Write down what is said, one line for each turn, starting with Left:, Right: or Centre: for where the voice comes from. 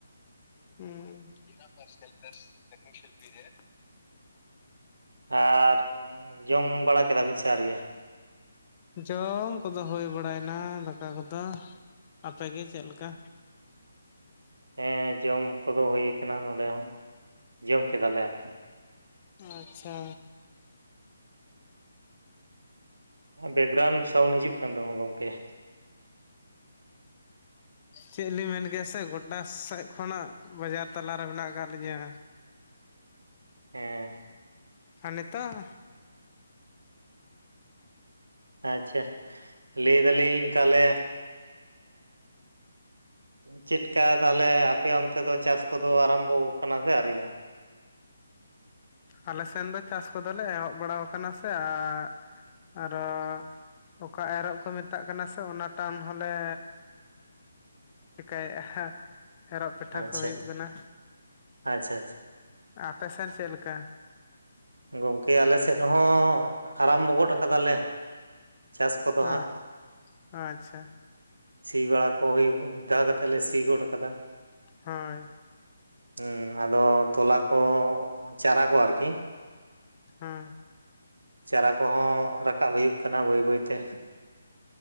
Left: ᱦᱩᱹ
Right: ᱟᱨ ᱡᱚᱢ ᱵᱟᱲᱟ ᱠᱮᱫᱟᱵᱤᱱ ᱥᱮ ᱟᱣᱨᱤᱭᱟ?
Left: ᱡᱚᱢ ᱠᱚᱫᱚ ᱦᱩᱭ ᱵᱟᱲᱟᱭᱮᱱᱟ ᱫᱟᱠᱟ ᱠᱚᱫᱚ᱾ ᱟᱯᱮᱜᱮ ᱪᱮᱫ ᱞᱮᱠᱟ ᱞᱮᱠᱟ?
Right: ᱦᱮ ᱡᱚᱢ ᱠᱚᱫᱚ ᱦᱩᱭ ᱠᱟᱱᱟ ᱱᱚᱸᱰᱮ ᱦᱚᱸ, ᱡᱚᱢ ᱠᱮᱫᱟᱞᱮ ᱟᱨᱠᱤ᱾
Left: ᱟᱪᱪᱷᱟ
Right: ᱦᱮᱸ ᱵᱮᱠᱜᱨᱟᱣᱩᱱᱰ ᱥᱟᱣᱩᱱᱰ ᱦᱤᱡᱩᱜ ᱠᱟᱱ ᱛᱟᱢᱟ ᱜᱚᱢᱠᱮ᱾ <inaudible>
Left: ᱪᱮᱫ ᱞᱤᱧ ᱢᱮᱱ ᱠᱮᱭᱟ ᱥᱮ ᱜᱚᱴᱟ ᱥᱮᱫ ᱠᱷᱚᱱᱟᱜ ᱵᱟᱡᱟᱨ ᱛᱟᱞᱟᱨᱮ ᱢᱮᱱᱟᱜ ᱟᱠᱟᱫ ᱞᱤᱧᱟᱹ᱾
Right: ᱦᱮᱸ
Left: ᱟᱨ ᱱᱮᱛᱟᱨ
Right: ᱟᱪᱪᱷᱟ ᱞᱟᱹᱭ ᱫᱟᱞᱤᱧ ᱛᱟᱦᱚᱞᱮ ᱪᱮᱫᱠᱟ ᱛᱟᱦᱚᱞᱮ ᱟᱯᱮ ᱚᱱᱛᱮ ᱫᱚ ᱪᱟᱥ ᱠᱚᱫᱚ ᱟᱨᱚᱢᱵᱷᱚ ᱠᱟᱱᱟ ᱥᱮ ᱟᱣᱨᱤᱭᱟ?
Left: ᱟᱞᱮ ᱥᱮᱱ ᱫᱚ ᱪᱟᱥ ᱠᱚᱫᱚᱞᱮ ᱮᱦᱚᱵ ᱵᱟᱲᱟ ᱟᱠᱟᱱᱟ ᱥᱮ ᱟᱨ ᱟᱨᱚ ᱚᱠᱟ ᱮᱨᱚᱜ ᱠᱚ ᱢᱮᱛᱟᱜ ᱠᱟᱱᱟ ᱥᱮ ᱚᱱᱟ ᱴᱟᱱ ᱦᱚᱸᱞᱮ
Right: <inaudible>
Left: ᱪᱤᱠᱟᱭᱟ ᱮᱨᱚᱜ ᱯᱤᱴᱷᱟ
Right: ᱟᱪᱪᱷᱟ
Left: ᱠᱚ ᱦᱩᱭᱩᱜ ᱠᱟᱱᱟ᱾
Right: ᱟᱪᱪᱷᱟ ᱟᱪᱪᱷᱟ
Left: ᱟᱯᱮᱥᱮᱱ ᱪᱮᱫ ᱞᱮᱠᱟ?
Right: ᱜᱚᱢᱠᱮ ᱟᱞᱮ ᱥᱮᱫ ᱦᱚᱸ ᱟᱨᱚᱢᱵᱷᱚ ᱜᱚᱫ ᱠᱟᱫᱟᱞᱮ ᱪᱟᱥ ᱠᱚᱫᱚ
Left: ᱦᱮᱸ
Right: ᱦᱟᱸᱜ᱾
Left: ᱟᱪᱪᱷᱟ
Right: ᱥᱤ ᱵᱟᱲᱟ ᱠᱚ ᱦᱩᱭ ᱢᱤᱫ ᱫᱷᱟᱣ ᱠᱟᱛᱮᱫ ᱞᱮ ᱥᱤ ᱜᱚᱫ ᱠᱟᱫᱟ᱾
Left: ᱦᱳᱭ
Right: ᱦᱮᱸ ᱟᱫᱚ ᱛᱚᱞᱟ ᱠᱚ, ᱪᱟᱨᱟ ᱠᱚ ᱟᱨᱠᱤ
Left: ᱦᱮᱸ
Right: ᱪᱟᱨᱟ ᱠᱚᱦᱚᱸ ᱨᱟᱠᱟᱵ ᱦᱩᱭᱩᱜ ᱠᱟᱱᱟ ᱵᱟᱹᱭ ᱵᱟᱹᱭᱛᱮ᱾